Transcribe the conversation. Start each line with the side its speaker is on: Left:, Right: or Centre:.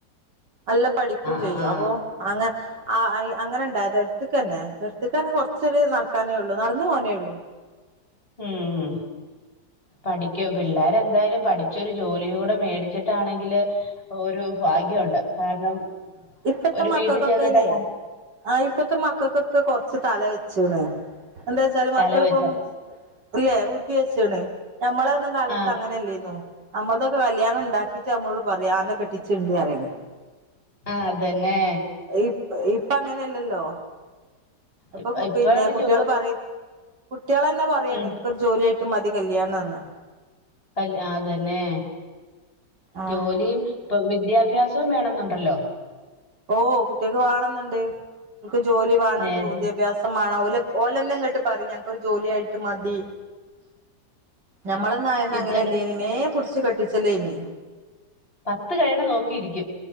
Right: അല്ല പഠിക്കും
Left: ആ ആ
Right: ചെയ്യും
Left: ആ ആ
Right: അപ്പൊ അങ്ങ ആ അയ് അങ്ങനെ ഉണ്ടായത് എടുത്തക്ക് തന്നെ എടുത്തക്ക് തന്നെ കൊറച്ചൊരു നടക്കാനേ ഉള്ളു നടന്നു പോനേ ഉള്ളു
Left: ഉം പഠിക്ക പിള്ളരെ എന്തായാലും പഠിച്ചൊരു ജോലി കൂ ടെ മേടിച്ചിട്ടാണെങ്കില് ഒരു ഭാഗ്യംണ്ട് കാരണം
Right: ഇപ്പത്തെ
Left: ഒരു
Right: മക്കൾക്കൊക്കെനെ
Left: വീട്ടിൽ ചെന്നിട്ടല്ല
Right: ആ ഇപ്പത്തെ മക്കൾക്കൊക്കെ കൊറച്ച് തല വെ ചുണ് എന്താച്ചാല് മക്കളിപ്പം
Left: തല വെച്ച
Right: അല്ലേ ബുദ്ധി വെച്ച്ണ് ഞമ്മളെ ഒന്നും കാലത്ത്
Left: ആ
Right: അങ്ങനെല്ലേയ്ന്നു നമ്മൾതൊക്കെ കല്ല്യാണം ഉണ്ടാക്കിയിട്ട് നമ്മളോട് പറിയാ അന്നെ കെട്ടിച്ച്ണ്ട് പറിയല്
Left: ആ അതന്നേ
Right: ഇപ് ഇപ്പ അങ്ങനെല്ലല്ലോ ഇപ്പൊ
Left: ഇപ്പ
Right: കു
Left: ഇപ്പ
Right: പിന്നെ
Left: ഒരു
Right: കുട്ട്യാള്
Left: ജോ
Right: പറിം പുട്ട് കുട്ടേളെന്നെ പറയാണ്
Left: ഉം
Right: ഇൻക്കൊരു ജോലായി ട്ട് മതി കല്യാണം ന്ന്
Left: കല് അതന്നെ
Right: ആ
Left: ജോലിം പ്പൊ വിദ്യാഭ്യാ സോം വേണെന്നുണ്ടല്ലോ
Right: ഓ കുട്ടേക്ക് വേണന്ന്ണ്ട് ക്ക് ജോലി വേണം
Left: നേരത്തെ
Right: കു ദ്യാഭ്യാസം മാണം ഓലെന്നെ ഇങ്ങട്ട് പറിം ഞങ്ങൾ ജോലിയായിട്ട് മതി നമ്മളൊന്നും ആയന്ന്
Left: വിദ്യ
Right: അങ്ങനെ അല്ലെനീ മേം പുട്ച്ച് ച്ച് കെട്ടിച്ചലേനി
Left: പത്ത് കഴിയ്ണെ നോക്കിയിരിക്കും